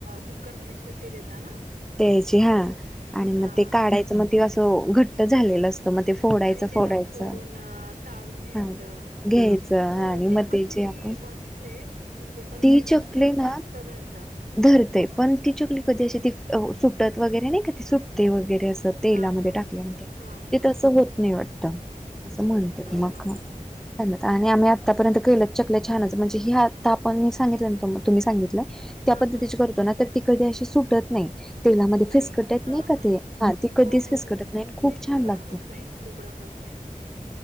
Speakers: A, on the right; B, in the centre.
A: कुकरमध्ये शिट्टी देता ना,
B: द्यायची हा आणि मग
A: हा
B: ते काढायचं मग ते असं घट्ट झालेलं तर मग ते फोडायचं
A: आणि त्याला
B: फोडायचं
A: फोडून अ, चाळून घ्यायचं.
B: हा घ्यायचं
A: हो
B: आणि
A: ते
B: म
A: पण
B: तेची
A: मी
B: आपण
A: बघितलय म्हणजे पण
B: ती
A: ते पण
B: चपली
A: तेल
B: ना
A: जास्त धरत.
B: धरतय पण ती चुकली कधी अशी ती सुटत वगैरे नाही कधी सुटते वरे अस तेलामध्ये
A: हा हा
B: टाकल्यानंतर
A: हा
B: ते तस होत नाही वाटत असं म्हणतात
A: हा
B: म
A: हा
B: काय
A: हा
B: आणि आम्ही आत्तापर्यंत केलच चक छानच म्हणजे ह हे आता आपण मी सांगितलं तुम्ही सांगितलंय त्या
A: हा
B: पद्धतीची
A: हा
B: करतो ना तर ती कधी अशी सुटत नाही तेलामध्ये
A: नाही
B: फिसकटत
A: हा
B: नाही का
A: हा
B: ते ती कधीच
A: हो हो
B: फिसकटत
A: हो
B: नाही आणि खूप
A: तेच
B: छान
A: तुकडा
B: लागतात
A: होत नाही तुकडा होत नाही नाही म्हणजे